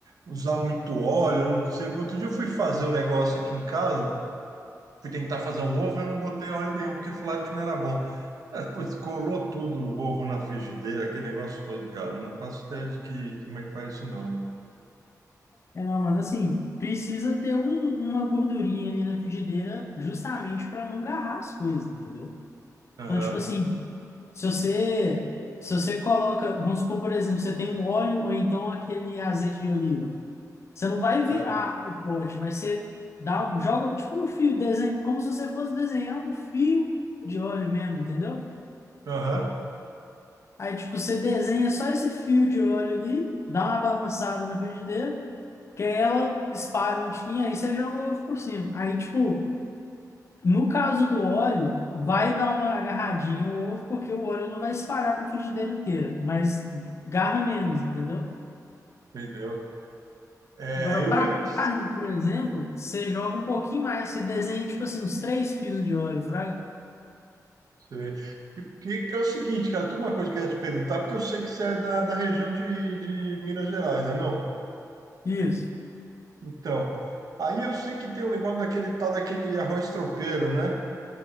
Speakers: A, on the right; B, on the left.
A: usar muito óleo, eu não sei. Outro dia eu fui fazer um negócio aqui em casa, fui tentar fazer um ovo, eu não botei óleo nenhum, porque falaram que não era bom. É, pois, colou tudo o ovo na frigideira, aquele negócio todo, cara. Não faço ideia de que, como é que faz isso, não.
B: É, não, mano, assim, precisa ter um- uma gordurinha ali na frigideira justamente para não agarrar as coisas, entendeu?
A: Aham,
B: Então, tipo assim, se você se você coloca, vamos supor, por exemplo, você tem um óleo ou então aquele azeite de oliva, você não vai virar
A: ah,
B: o pote, mas você dá, um- joga tipo um fio, desenha, como se você fosse desenhar um fio de óleo mesmo, entendeu?
A: aham,
B: Aí, tipo, você desenha só esse fio de óleo ali, dá uma balançada na frigideira, Que ela espalha um tiquinho, aí você joga o ovo por cima. Aí, tipo, no caso do óleo, vai dar uma agarradinha o ovo, porque o óleo não vai espalhar para a frigideira inteira, mas garra menos, entendeu?
A: entendeu? É,
B: Agora,
A: eu
B: para
A: vejo.
B: carne, por exemplo, você joga um pouquinho mais, você desenha, tipo assim, uns três fios de óleo, fraga.
A: Sei. E Que, que é o seguinte, cara, tem uma coisa que eu ia te perguntar, porque eu sei que você é da, da região de, de Minas Gerais, não é não?
B: Isso.
A: Então, aí eu sei que tem um negócio daquele tal daquele arroz tropeiro, né?